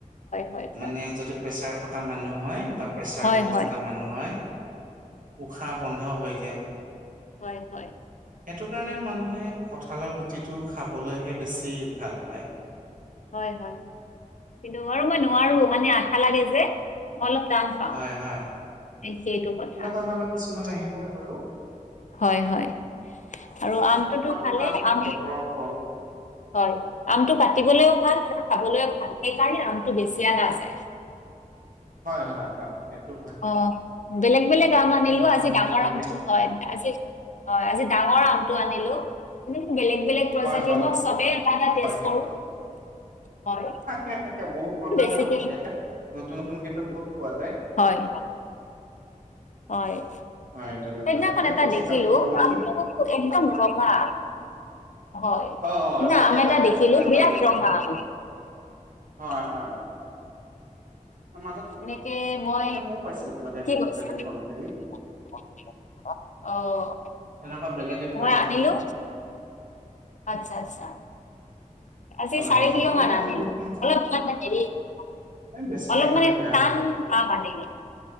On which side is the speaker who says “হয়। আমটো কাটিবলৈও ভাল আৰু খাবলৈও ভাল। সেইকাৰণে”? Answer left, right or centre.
Left